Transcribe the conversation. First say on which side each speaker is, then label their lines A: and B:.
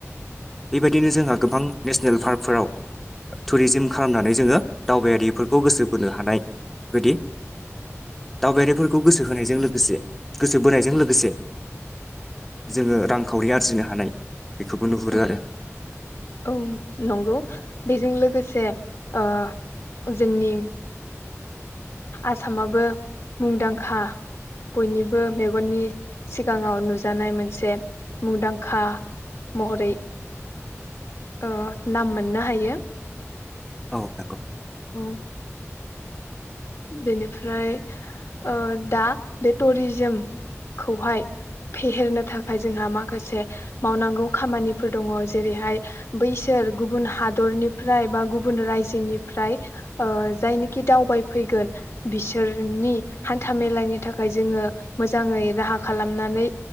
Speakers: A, in the centre; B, on the left.
A: बेबायदिनो जोंहा गोबां नेसनेल पार्कफोराव टुरिजिम खालामनानै जोङो दावबायारिफोरखौ गोसो बोनो हानाय बेबायदि दावबायारिफोरखौ गोसो होनायजों लोगोसे गोसो बोनायजों लोगोसे जोङो रांखावरि आरजिनो हानाय बेखौबो नुहुरो
B: औ
A: आरो।
B: औ नंगौ बेजों लोगोसे अ जोंनि आसामाबो मुंदांखा बयनिबो मेगननि सिगाङाव नुजानाय मोनसे मुंदांखा महरै ओ नाम मोननो हायो।
A: औ नंगौ
B: औ बेनिफ्राय अ दा बे टुरिजेमखौहाय फेहेरनो थाखाय जोंहा माखासे मावनांगौ खामानिफोर दङ। जेरैहाय बैसोर गुबुन हादरनि फ्राय बा गुबुन रायजोनिफ्राय जायनिखि दावबाय फैगोन बिसोरनि हान्था मेलानि थाखाय जोङो मोजाङै राहा खालामनानै